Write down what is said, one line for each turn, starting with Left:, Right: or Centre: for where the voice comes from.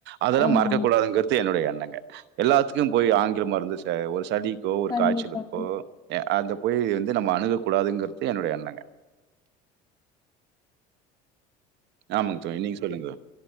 Right: அதெல்லா
Left: ஆமா
Right: மறக்கக்கூடாதுங்கறது என்னுடைய என் னங்க எல்லாத்துக்கும் போய் ஆங்கில மருந்து ச ஒரு சலிக்கோ
Left: கண்டிப்பா
Right: காய்ச்சலுக்கோ
Left: கண்டிப்
Right: ஏ அந்த போய் வந்து நம்ம அணுக கூடாதுங்கற்து என்னுடைய எண்ணங்க ஆமாங்க தோழி நீங்க சொல்லுங்க